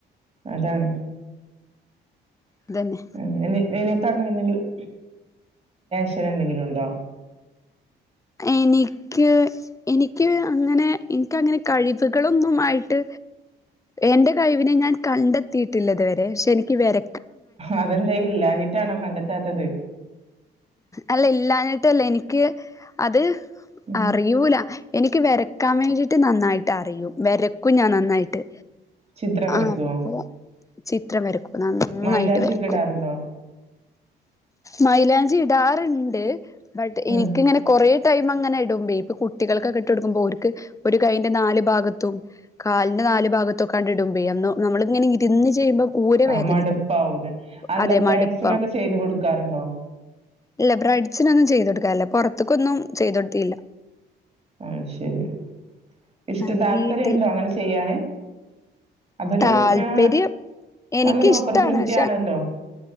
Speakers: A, on the right; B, on the left.
A: അതാണ്
B: അതന്നെ
A: അഹ് നിനക്ക് അങ്ങനെ എന്തെങ്കിലും ശന എന്തെങ്കിലും ഉണ്ടോ
B: എനിക്ക് എനിക്ക് അങ്ങനെ എനിക്ക്ങ്ങനെ കഴിവുകളൊന്നുംമായിട്ട് എന്റെ കഴിവിനെ ഞാൻ കണ്ടെത്തിയിട്ടില്ലത്വരെ പക്ഷെ എനിക്ക് വര
A: അതെന്താ ഇല്ലന്നിട്ടാണോ കണ്ടെത്താത്തത്
B: അല്ല ഇല്ലാനിട്ടല്ല എനിക്ക് അത്
A: ഉം
B: അറൂയൂല എനിക്ക് വരക്കാൻ വേണ്ടിട്ട് നന്നായിട്ട് അറിയും വരക്കും ഞാൻ നന്നായിട്ട്
A: ചിത്രം വരക്കുവോ
B: ആഹ് അപ്പൊ ചിത്രം വരക്കും നന്നായിട്ട്
A: മൈലാഞ്ചിയൊക്കെ
B: വരക്കും
A: ഇടാറുണ്ടോ
B: മൈലാഞ്ചി ഇടാറുണ്ട് ബട്ട് എനിക്ക്
A: ഉം
B: ഇങ്ങനെ കൊറേ ടൈം അങ്ങനെ ഇടുമ്പേ ഇപ്പൊ കുട്ടികൾക്ക് ഒക്കെ ഇട്ട് കൊടുക്കുമ്പോ ഒരിക്ക് ഒരു കൈയിന്റെ നാല് ഭാഗത്തും കാലിന് നാല് ഭാഗത്ത് ഒക്കെ ഇടുമ്പേ നമ്മളിങ്ങനെ ഇരുന്ന് ചെയ്യുമ്പോ ഊരെ
A: ആഹ്
B: വേദനിക്കും
A: മടിപ്പാവൂലെ അല്ല
B: അതെ
A: ബ്രൈഡ്സിന്
B: മടുപ്പാവും
A: ഒക്കെ ചെയ്യ്ത് കൊടുക്കാറ്ണ്ടോ
B: ഇല്ല ബ്രൈറ്റ്സിന് ഒന്നും ചെയ്യ്ത് കൊടുക്കാറില്ല പുറത്തക്കൊന്നും ചെയ്യ്ത് കൊടുത്തില്ല
A: ആയ്ശരി ഇഷ്ട്ട
B: അത്
A: താല്പര്യം
B: വീട്ടിൽ
A: ഇണ്ടോ അങ്ങനെ ചെയ്യാന് അതൊരു
B: താല്പര്യം
A: ആ
B: എനിക്ക്
A: നല്ലൊരു
B: ഇഷ്ട്ടാണ്
A: ഓപ്പർച്യൂണിറ്റി
B: പക്ഷെ
A: ആണല്ലോ